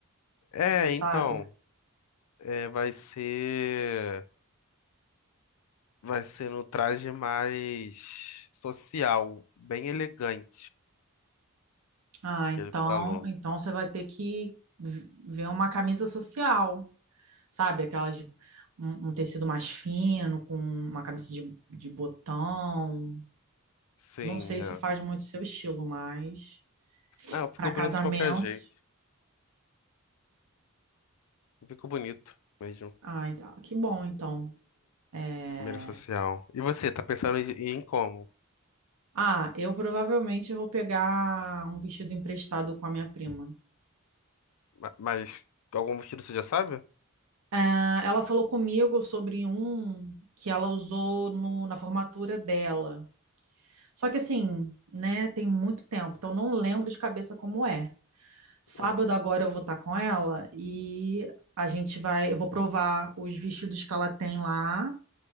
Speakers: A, on the left; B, on the right.
A: É,
B: você sabe?
A: então. é, vai ser. Vai ser no traje mais social, bem elegante,
B: Ah, então,
A: que ele falou.
B: então você vai ter que v- ver uma camisa social, sabe? Aquelas de- um, um tecido mais fino, com uma camisa de, de botão.
A: Sim,
B: Não sei se
A: é.
B: faz muito seu estilo, mas
A: Ah, ficou
B: para casamento.
A: bonito de qualquer jeito. Ficou bonito mesmo.
B: Ah, então, que bom, então. É,
A: Primeira social. E você, tá pensando em, em como?
B: Ah, eu provavelmente vou pegar um vestido emprestado com a minha prima.
A: Ma- Mas algum motivo você já sabe?
B: É, Ela falou comigo sobre um que ela usou no- na formatura dela. Só que assim, né, tem muito tempo, então não lembro de cabeça como é. Sábado
A: Uhum.
B: agora eu vou estar com ela e a gente vai, eu vou provar os vestidos que ela tem lá